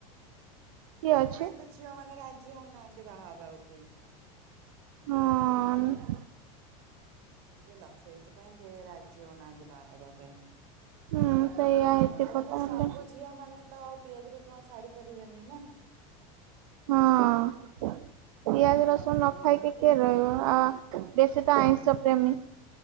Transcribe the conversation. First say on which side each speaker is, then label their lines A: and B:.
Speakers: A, on the right (about 80°); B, on the right (about 55°).
A: କିଏ
B: ସେଇଥିପାଇଁ
A: ଅଛି?
B: ତ ଝିଅ ମାନେ ରାଜି ହଉନାହାନ୍ତି ବାହାହେବାକୁ କେହି।
A: ହଁ ଅଁ-ଅଁ-ଅଁ-ଅଁ ନ୍
B: ବୁଝିଲ ସେଇଥିପାଇଁ କେ ରା ରାଜି ହେଉନାହାନ୍ତି ବାହାହେବା ପାଇଁ
A: ହୁଁ ସେଇଆ ହେଇଥିବ
B: ଆଜିକାଲି
A: ତାହେଲେ
B: ସବୁ ଝିଅ ମାନେ ତ ପିଆଜ ରସୁଣ ଛାଡି ପାରିବେନି ନା।
A: ହଁଅ।
B: ସେଇଥିପାଇଁ
A: ପିଆଜ ରସୁଣ
B: ରାଜି
A: ନ
B: ହଉନାହାନ୍ତି।
A: ଖାଇକି କିଏ ରହିବ ଆ ବେଶୀ ତ ଆଇଁଷ ପ୍ରେମୀ।